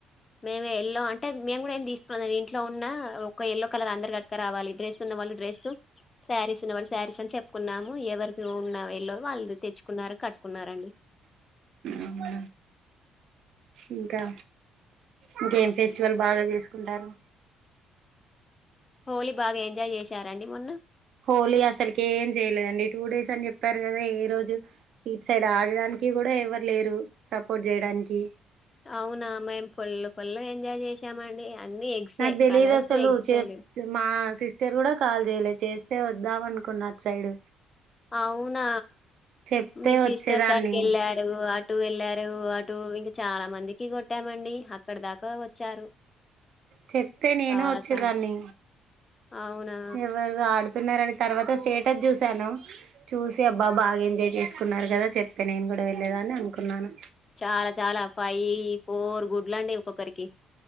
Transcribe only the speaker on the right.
అవునా ఇంకా ఇంకేం ఫెస్టివల్ బాగా చేసుకుంటారు
హోలీ అసలుకి ఏం చేయలేదండి టూ డేస్ అని చెప్పారు కదా ఏ రోజు ఇటు సైడ్ ఆడడానికి కూడా కూడా ఎవరు లేరు సపోర్ట్ చేయడానికి
నాకు తెలీదు
అసలు
చెప్
మా సిస్టర్ కూడా కాల్ చేయలేదు చేస్తే వద్దాం అనుకున్న అటు సైడ్
చెప్తే
వచ్చేదాన్ని
చెప్తే నేను
వచ్చేదాన్ని
ఎవరుగా ఆడు చేతున్నన్నారుని తర్వాత స్టేటస్ చూశాను చూసి అబ్బా బాగా ఎంజాయ్ చేసుకున్నారు కదా చెప్తే నేను ఇక్కడ వెళ్ళలేదాని అనుకున్నాను